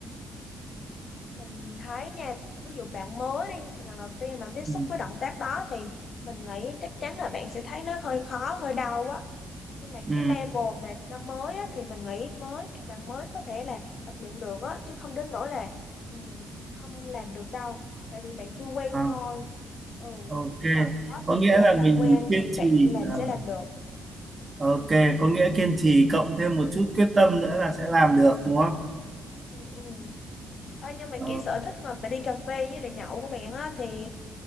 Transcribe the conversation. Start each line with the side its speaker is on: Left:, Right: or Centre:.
Left: mình thấy nha ví dụ bạn mới đi lần đầu tiên bạn tiếp xúc
Right: ừ.
Left: với động tác đó thì mình nghĩ chắc chắn là bạn sẽ thấy nó hơi khó hơi đau quá nhưng mà
Right: Ừ.
Left: cái level mà cho mới á, thì mình nghĩ mới các bạn mới có thể là tập luyện được á chứ không đến nỗi là ừ, không làm được đâu tại vì bạn chưa quen
Right: À,
Left: thôi ừ
Right: ok
Left: chứ còn có
Right: có
Left: thời
Right: nghĩa
Left: gian
Right: là
Left: bạn
Right: mình
Left: quen
Right: kiên
Left: thì
Right: trì
Left: bạn làm
Right: à,
Left: sẽ làm được
Right: Ok, có nghĩa kiên trì cộng thêm một chút quyết tâm nữa là sẽ làm được đúng không?
Left: ừ. ừ. Ơ, nhưng mà
Right: Ờ,
Left: cái sở thích mà phải đi cà phê với lại nhậu của bạn á thì